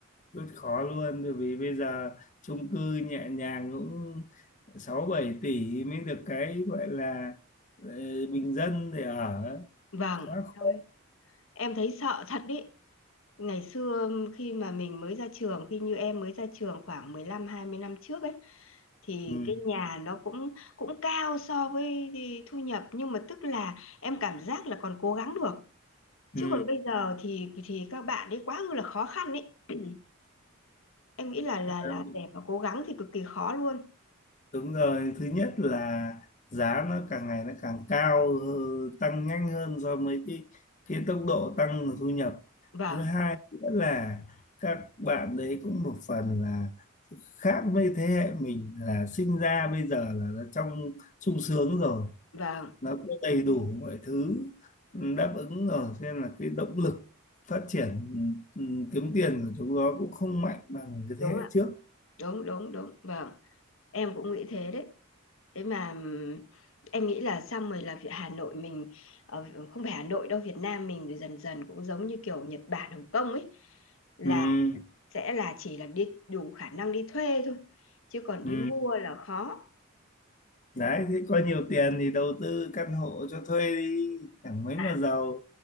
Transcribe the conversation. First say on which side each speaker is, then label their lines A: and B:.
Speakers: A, on the left; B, on the left.
A: Rất khó luôn bởi vì bây giờ chung cư nhẹ nhàng cũng 6 7 tỷ mới được cái gọi là ờ, bình dân để ở
B: vâng
A: quá khó.
B: Thôi, em thấy sợ thật đấy ngày xưa khi mà mình mới ra trường khi như em mới ra trường khoảng mười lăm hai mươi năm trước ấy thì
A: Ừ.
B: cái nhà nó cũng cũng cao so với thu nhập nhưng mà tức là em cảm giác là còn cố gắng được
A: Ừ.
B: chứ còn bây giờ thì thì các bạn ấy quá là khó khăn ấy <clears throat> em nghĩ là là
A: Ừ.
B: là để mà cố gắng thì cực kỳ khó luôn
A: Đúng rồi, thứ nhất là giá nó càng ngày nó càng cao, ờ, tăng nhanh hơn do mấy cái cái tốc độ tăng thu nhập.
B: vâng
A: Thứ hai nữa là các bạn đấy cũng một phần là khác với thế hệ mình là sinh ra bây giờ là nó trong sung sướng rồi,
B: vâng
A: nó có đầy đủ mọi thứ đáp ứng rồi, cho nên là cái động lực phát triển ừ, ừ, kiếm tiền của chúng nó cũng không mạnh bằng cái
B: đúng
A: thế hệ
B: ạ
A: trước.
B: đúng đúng đúng vâng em cũng nghĩ thế đấy thế mà em nghĩ là xong rồi là Việt- Hà Nội mình ờ, không phải Hà Nội đâu Việt Nam mình rồi dần dần cũng giống như kiểu Nhật Bản Hồng Kông ấy là
A: Ừ,
B: sẽ là chỉ là đi đủ khả năng đi thuê thôi chứ còn
A: ừ.
B: đi mua là khó
A: đấy thế có nhiều tiền thì đầu tư căn hộ cho thuê đi chẳng mấy
B: à
A: mà giàu